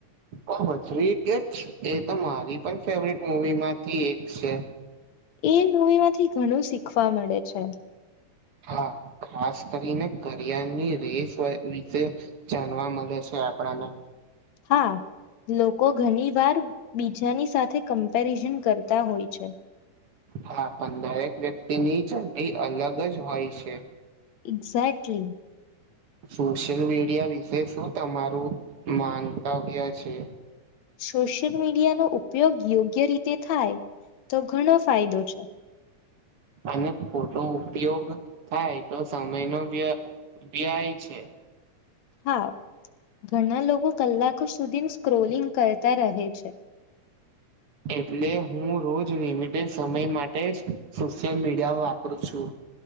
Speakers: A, on the right; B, on the left.
A: ઓ એરી પણ ફેવરેટ મુવી માંથી એક છે.
B: એ મૂવી માંથી ઘણું શીખવા મળે છે.
A: હા. ખાસ કરીને કરયરની રેસ વિશે જાણવા મળે છે આપણના
B: હા. લોકો ઘણી વાર બીજાની સાથે કમ્પેરિઝન કરતા હોય છે.
A: હા પણ દરેક વ્યક્તિની ચંડી અલગ જ હોય છે.
B: એક્ઝેક્ટલી
A: સોશિયલ મીડિયા વિશે શું તમારું મંતવ્ય છે?
B: સોશિયલ મીડિયા નો ઉપયોગ યોગ્ય રીતે થાય તો ઘણો ફાયદો છે.
A: અને ખોટો ઉપયોગ થાય તો સમય નો વ્ય વ્યાય છે.
B: હા. ઘણા લોકો કલાકો સુધી સ્ક્રોલિંગ કરતા રહે છે
A: એટલે હું રોજ લિમિટેડ સમય માટે જ સોશિયલ મીડિયા વાપરું છું